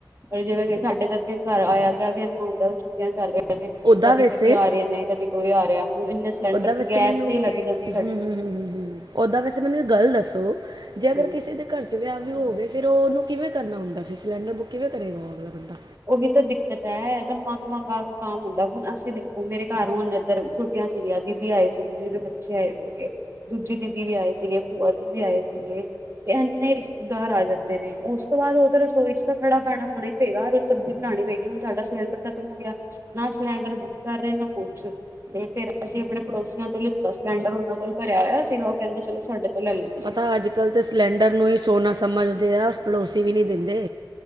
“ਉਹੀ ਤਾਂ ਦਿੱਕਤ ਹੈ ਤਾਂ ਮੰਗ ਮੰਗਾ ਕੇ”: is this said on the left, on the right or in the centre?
Right